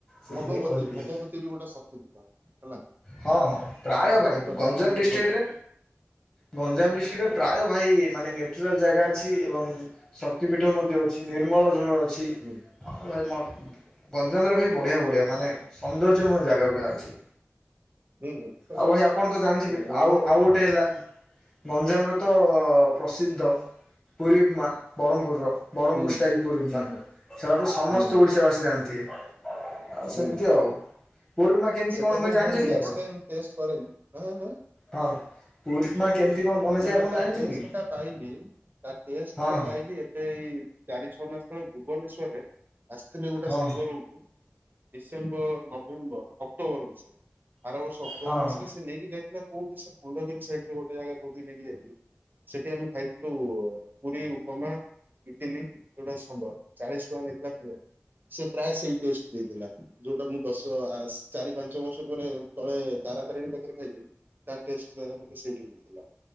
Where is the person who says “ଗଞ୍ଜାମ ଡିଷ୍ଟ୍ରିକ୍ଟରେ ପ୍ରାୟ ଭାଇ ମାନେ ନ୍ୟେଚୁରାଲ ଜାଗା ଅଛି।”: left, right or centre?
Left